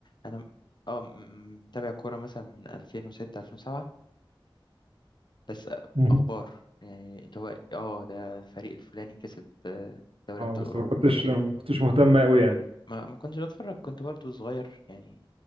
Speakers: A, on the left; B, on the right.
A: انا م- اه م- م- متابع كوره مثلا من 2006 2007 بس آه،
B: مهم.
A: اخبار يعني اللي هو اه ده الفريق الفلاني كسب آه، دوري
B: اه
A: ابطال
B: بس
A: اوروبا
B: ما كنتش
A: فريق
B: ما كنتش مهتم قوي يعني
A: ما ما كنتش بتفرج كنت برضو صغير يعني